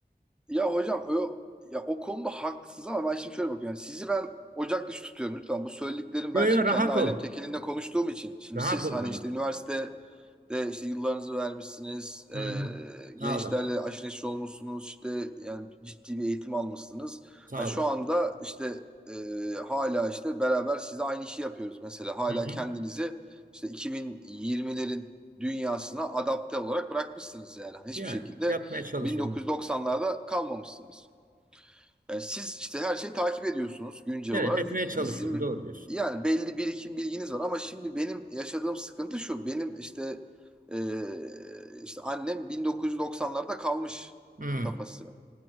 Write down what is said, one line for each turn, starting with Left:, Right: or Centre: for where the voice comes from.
Centre: Ya hocam o ya o konuda haklısınız ama ben şimdi şöyle bakıyorum. Yani sizi ben ocak dışı tutuyorum lütfen. Bu söylediklerim
Right: Yo
Centre: ben
Right: yo
Centre: şimdi
Right: rahat
Centre: kendi ailem
Right: ol.
Centre: tekelinde konuştuğum için. Şimdi
Right: Rahat
Centre: siz
Right: ol
Centre: hani
Right: rahat.
Centre: işte üniversite de işte yıllarınızı vermişsiniz, e,
Right: Hı hı.
Centre: gençlerle
Right: Sağ olasın.
Centre: aşırı neşir olmuşsunuz, işte yani ciddi bir eğitim almışsınız.
Right: Sağ
Centre: Ha, şu
Right: olasın.
Centre: anda işte e, hala işte beraber size aynı işi yapıyoruz mesela. Hala
Right: Hı hı.
Centre: kendinizi işte 2020'lerin dünyasına adapte olarak bırakmışsınız yani. Hiçbir
Right: Yani
Centre: şekilde
Right: yapmaya çalışıyorum.
Centre: 1990'larda kalmamışsınız. Yani siz işte her şeyi takip ediyorsunuz güncel
Right: Evet,
Centre: olarak.
Right: etmeye çalışıyorum.
Centre: Hani sizin bir
Right: Doğru diyorsun.
Centre: yani belli birikim bilginiz var ama şimdi benim yaşadığım sıkıntı şu. Benim işte e, işte annem 1990'larda kalmış
Right: Hmm.
Centre: kafası.